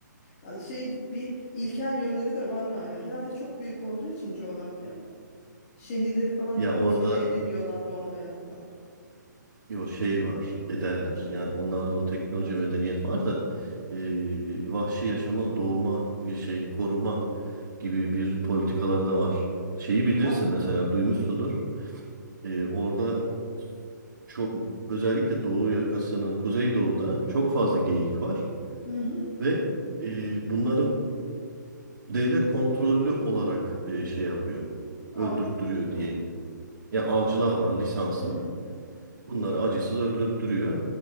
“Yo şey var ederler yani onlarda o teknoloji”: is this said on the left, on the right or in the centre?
Right